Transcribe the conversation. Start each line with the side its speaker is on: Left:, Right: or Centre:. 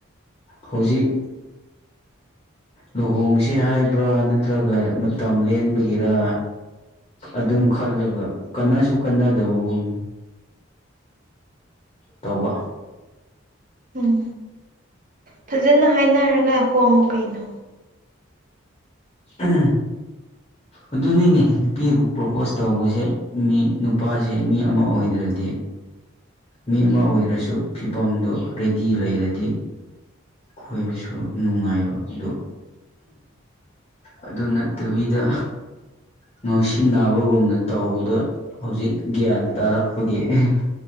Left: ꯍꯧꯖꯤꯛ ꯂꯨꯍꯣꯡꯁꯦ ꯍꯥꯏꯕ꯭ꯔꯥ ꯅꯠꯇ꯭ꯔꯒ ꯃꯇꯝ ꯂꯦꯟꯕꯒꯤꯔ ꯑꯗꯨꯝ ꯈꯜꯂꯒ ꯀꯥꯟꯅꯁꯨ ꯀꯥꯟꯅꯗꯕꯒꯨꯝ ꯇꯧꯕ
Right: ꯎꯝ ꯐꯖꯅ ꯍꯥꯏꯅꯔꯒ ꯍꯣꯡꯉꯨ ꯀꯩꯅꯣ
Left: ꯑ ꯑꯗꯨꯅꯤꯅꯦ ꯅꯨꯄꯤꯕꯨ ꯄ꯭ꯔꯣꯄꯣꯁ ꯇꯧꯕꯖꯦ ꯃꯤ ꯅꯨꯄꯥꯖꯦ ꯃꯤ ꯑꯃ ꯑꯣꯏꯗ꯭ꯔꯗꯤ ꯃꯤ ꯑꯃ ꯑꯣꯏ ꯗꯁꯨ ꯐꯤꯕꯝꯗꯣ ꯔꯦꯗꯤ ꯂꯩꯔꯗꯤ ꯈꯣꯏꯕꯨꯁꯨ ꯅꯨꯡꯉꯥꯏꯕ ꯑꯗꯨ ꯑꯗꯨ ꯅꯠꯇꯕꯤꯗ ꯉꯥꯎꯁꯤꯟꯅꯕꯒꯨꯝꯅ ꯇꯧꯕꯗꯣ ꯍꯧꯖꯤꯛ ꯒ꯭ꯌꯥꯟ ꯇꯥꯔꯛꯄꯒꯤ ꯑꯍꯦ